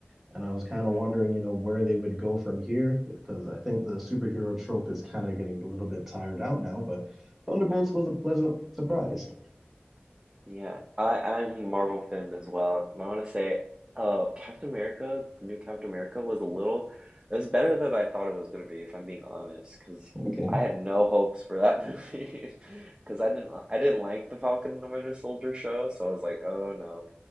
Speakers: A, in the centre; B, on the right (about 20°).
A: and I was kind
B: mm-hmm.
A: of wondering, you know, where they would go from here, because I think the superhero trope is kind of getting a little bit tired out now. But Thunderbolts was a pleasant surprise.
B: Yeah, I, I'm a Marvel fan as well, and I want to say, uh, Captain America, the new Captain America was a little, it was better than I thought it was gonna be, if I'm being honest, because
A: Okay,
B: I had no hopes for that <laughs> movie, because I didn't, I didn't like the Falcon and the Winter Soldier show, so I was like, oh no.